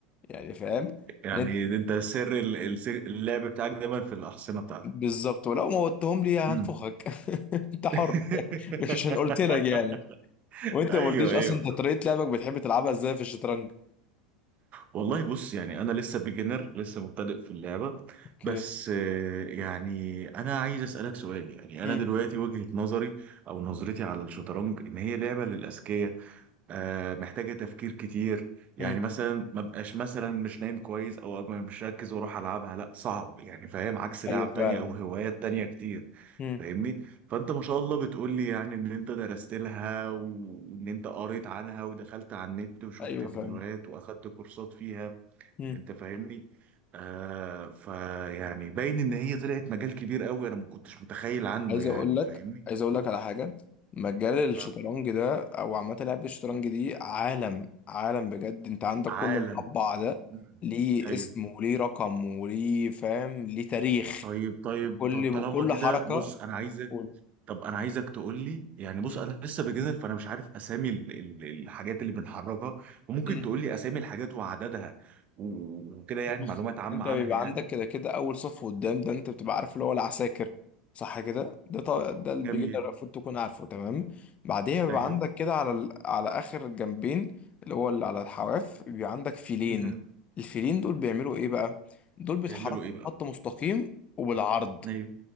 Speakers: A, on the left (about 35°); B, on the right (about 40°).
A: يعني فاهم
B: يعني
A: لأن-
B: ده انت سر ال- الس- اللعب بتاعك دايما في الاحصنه بتاعتك
A: بالظبط ولو موتهم لي هنفخك
B: مم.
A: <laughs> انت حر
B: <laughs>
A: مش عشان قلت لك يعني وانت
B: ايوه
A: ما قلتليش
B: ايوه
A: اصلا انت طريقه لعبك بتحب تلعبها ازاي في الشطرنج
B: والله بص يعني انا لسه بيجنر لسه مبتدئ في اللعبه
A: اوكي
B: بس آه، يعني انا عايز اسالك سؤال يعني
A: مم.
B: انا دلوقتي وجهه نظري او نظرتي على الشطرنج ان هي لعبه للاذكياء آه، محتاجه تفكير كتير يعني
A: مم.
B: مثلا ما بقاش مثلا مش نايم كويس او أبقى مش مركز واروح العبها لا صعب يعني فاهم عكس لعب
A: ايوه فعلا
B: تانية او هوايات تانية كتير
A: مم.
B: فاهمني فانت ما شاء الله بتقول لي يعني ان انت درست لها وان انت قريت عنها ودخلت على النت وشفت
A: ايوه
B: فيديوهات
A: فعلا
B: واخدت كورسات فيها
A: مم.
B: انت فاهمني آه فيعني باين ان هي طلعت مجال كبير قوي انا ما كنتش متخيل عنه
A: عايز
B: يعني
A: اقول لك
B: فاهمني
A: عايز اقول لك على حاجه مجال الشطرنج
B: آه،
A: ده او عامه لعبه الشطرنج دي عالم عالم بجد انت عندك
B: عالم
A: كل مربع ده
B: مم.
A: ليه
B: ايوه
A: اسم وليه رقم وليه فاهم ليه تاريخ
B: طيب طيب
A: كل
B: طب طالما
A: كل
B: كده
A: حركه
B: بص انا عايزك
A: قول
B: طب انا عايزك تقول لي يعني بص
A: مم.
B: انا لسه بجنر فانا مش عارف اسامي ال- ال- الحاجات اللي بنحركها وممكن
A: مم.
B: تقول لي اسامي الحاجات وعددها و- وكده يعني
A: بص
B: معلومات عامة
A: انت
B: عنها
A: بيبقى
B: يعني
A: عندك كده كده اول صف قدام ده انت بتبقى عارف اللي هو العساكر صح كده ده ط- ده اللي بيجي
B: جميل
A: ده المفروض تكون عارفه تمام بعديها بيبقى
B: ايوه
A: عندك كده على ال... على اخر الجنبين اللي هو اللي على الحواف بيبقى عندك فيلين
B: مم.
A: الفيلين دول بيعملوا ايه بقى دول بيتحركوا
B: بيعملوا ايه بقى
A: بخط مستقيم وبالعرض
B: ايوه